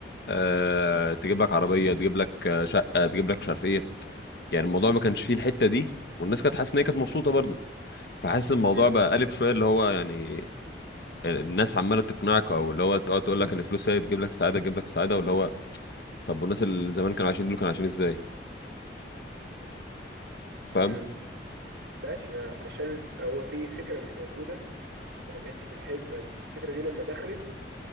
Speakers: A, on the left; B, on the right.
A: أه تجيب لك عربية تجيب لك آه، شقة تجيب لك مش عارف ايه يعني الموضوع ما كانش فيه الحتة دي والناس كانت حاسة ان هي كانت مبسوطة برضه فحاسس الموضوع
B: مم.
A: بقى قلب شوية اللي هو يعني الناس عمالة تقنعك او اللي هو تقعد تقول لك ان الفلوس هي تجيب لك سعادة تجيب لك سعادة واللي هو طب والناس اللي زمان كانوا عايشين دول كانوا عايشين ازاي فاهم
B: مم. ماشي ما عشان هو في فكرة مش موجودة فما كانتش في الحسبة بس الفكرة دي لما دخلت